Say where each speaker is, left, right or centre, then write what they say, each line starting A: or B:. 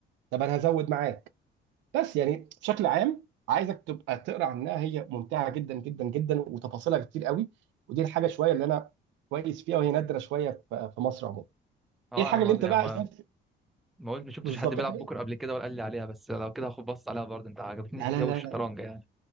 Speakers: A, on the right; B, in the centre.
A: طب انا هزود معاك بس يعني بشكل عام عايزك تبقى تقرا عنها هي ممتعه جدا جدا جدا وتفاصيلها كتير قوي ودي الحاجه شويه اللي انا كويس فيها وهي نادره شويه في في مصر عموما
B: اه
A: ايه الحاجه
B: انا ما
A: اللي انت
B: يعني
A: بقى
B: ما
A: شايف
B: ما قلت ما شفتش
A: بالظبط
B: حد بيلعب
A: إيه الحاجة-
B: بكره قبل كده ولا قال لي عليها بس لو كده هاخد بص عليها برضه انت عجبتني
A: لا
B: هي
A: لا
B: والشطرنج
A: لا لا
B: يعني